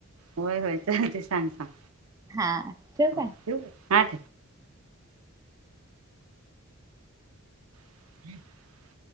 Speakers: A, on the right; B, on the right.
A: होय होय चालतय सांग सांग
B: हा ठेऊ
A: हा
B: काय
A: ठेवू का हा ठेव. <unintelligible>